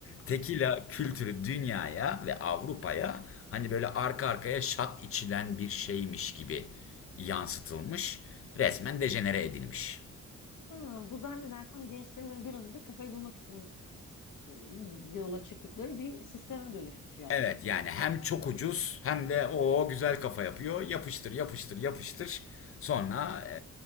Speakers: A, on the left; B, on the left.
A: tekila kültürü dünyaya ve Avrupa'ya hani böyle arka arkaya şat içilen bir şeymiş gibi yansıtılmış resmen dejenere edilmiş.
B: Ha, bu zannedersem gençlerin bir an önce kafayı bulmak için e, yola çıktıkları bir sisteme dönüşmüş yani.
A: Evet yani hem çok ucuz hem de o güzel kafa yapıyor. Yapıştır, yapıştır, yapıştır. Sonra e,